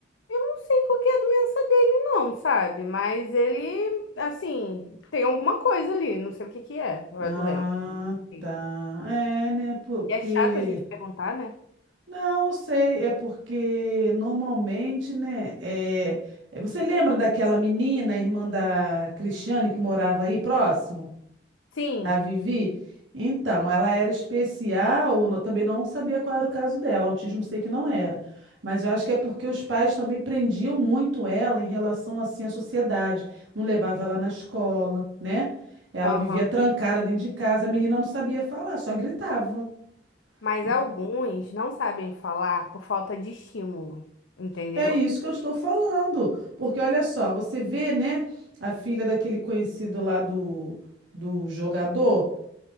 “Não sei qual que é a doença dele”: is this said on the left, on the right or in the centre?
Left